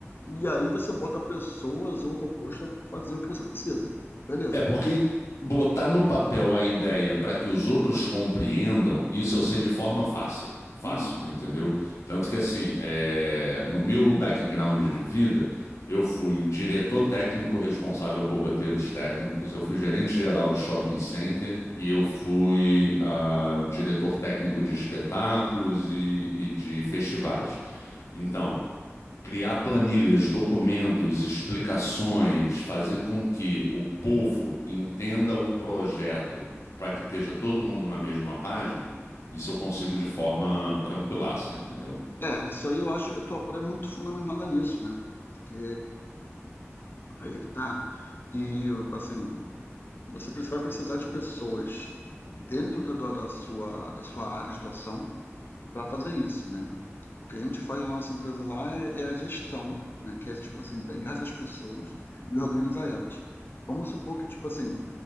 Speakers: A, on the left (about 45°); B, on the left (about 70°).
A: E aí você bota pessoas ou robôs para fazer o que você precisa. Beleza.
B: É porque botar no papel a ideia para que os outros compreendam, isso eu sei de forma fácil. Fácil,
A: Uhum.
B: entendeu? Tanto que, assim, é, no meu background de vida, eu fui diretor técnico responsável por roteiros técnicos, eu fui gerente geral de shopping center e eu fui ah, diretor técnico de espetáculos e, e de festivais. Então, criar planilhas, documentos, explicações, fazer com que o povo entenda o projeto para que esteja todo mundo na mesma página, isso eu consigo de forma tranquilaça, entendeu?
A: É, isso aí eu acho que a tua pré é muito fundamentada nisso, né? Porque aí é que tá. E assim, você preci- vai precisar de pessoas dentro da, da da sua, da sua área de atuação para fazer isso, né? O que a gente faz na nossa empresa lá é, é a gestão, né? Que é tipo assim, pegar essas pessoas e organizar elas. Vamos supor que, tipo assim,